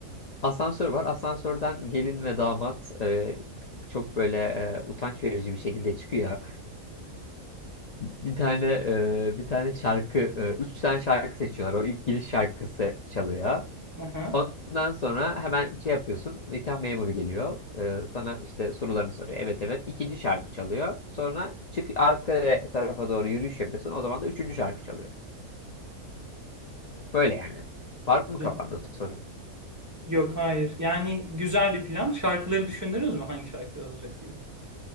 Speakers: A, on the left (about 75°); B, on the right (about 20°).
A: Asansör var. Asansörden gelin ve damat e, çok böyle e, utanç verici bir şekilde çıkıyor. Bir tane e, bir tane şarkı, e, üç tane şarkı seçiyorlar. O ilk giriş şarkısı çalıyor.
B: Hı
A: Ondan sonra hemen şey yapıyorsun. Nikah memuru geliyor. E, sana işte sorularını soruyor. Evet evet. İkinci şarkı çalıyor. Sonra çık arka tarafa doğru yürüyüş yapıyorsun. O zaman da üçüncü şarkı çalıyor. Böyle yani. Var mı
B: Güzel.
A: kafanda soru?
B: Yok hayır. Yani güzel bir plan. Şarkıları düşündünüz mü? Hangi şarkılar olacak diye.